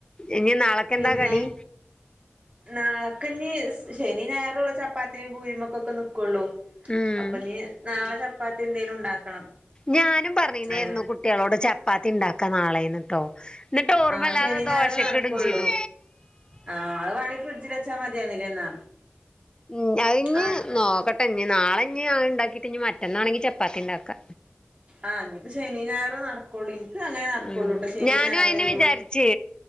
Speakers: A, on the left; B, on the right.
A: ഇനി നാളെക്കെന്താ
B: പിന്നെ
A: കടി
B: നാളക്ക്ഞ് ശനി ഞായറുള്ളൂ ചപ്പാത്തി പൂരിമൊക്ക നിക്കുള്ളൂ.
A: ഉം
B: അപ്പൊ നീ നാളെ ചപ്പാത്തി എന്തേലും ഉണ്ടാക്കണം
A: ഞാനും പറഞ്ഞീന്നായിരുന്നു
B: അല്ല
A: കുട്ടികളോട് ചപ്പാത്തി ഉണ്ടാക്കാ നാളേന്ന് ട്ടോ എന്നിട്ട് ഓർമ്മയില്ലാതെ
B: ആഹ് ശനി
A: ദോശക്ക്ടും
B: ഞായറേ നടക്കുള്ളൂ
A: ചെയ്തു
B: ആഹ് അത് വേണേ ഫ്രിഡ്ജിൽ വച്ചാ മതിയായിരുന്നില്ലേ എന്നാ
A: ഉം അതിഞ്ഞ്
B: ആഹ്
A: നോക്കട്ടെ ഇഞ് നാളെഞ് ആ ഉണ്ടാക്കിട്ട് ഇഞ്ഞ് മറ്റന്നാണെങ്കി ചപ്പാത്തി ഉണ്ടാക്ക
B: ആഹ് ഇനിയിപ്പോ ശനി ഞായറ് നടക്കുള്ളൂ ഇനിക്ക് അങ്ങനെ നടക്കള്ളൂ
A: ഉം
B: ട്ട ശനി
A: ഞാനും
B: ഞായറ്ള്ളൂ
A: അയന്നെ വിചാരിച്ച്